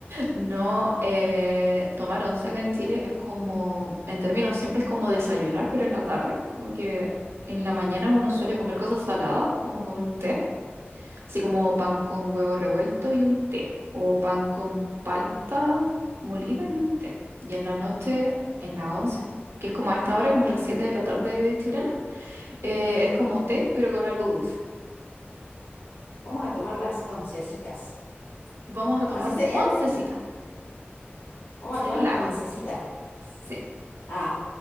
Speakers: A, on the right; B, on the left.
A: No, eh, tomar once acá en Chile es como, en términos siempre es como desayunar, pero en la tarde, como que en la mañana uno suele comer cosas saladas, como con un té, así como pan con huevo revuelto y un té, o pan con palta molida y un té. Y en la noche, en la once, que es como a esta hora, como las 7 de la tarde chilena, eh, es como té, pero con algo dulce.
B: Vamos a tomar las oncecitas.
A: Vamos a tomar
B: ¿Así sería?
A: oncecita,
B: Vamos
A: sin
B: a tomar
A: la.
B: oncecita.
A: Sí.
B: Ah,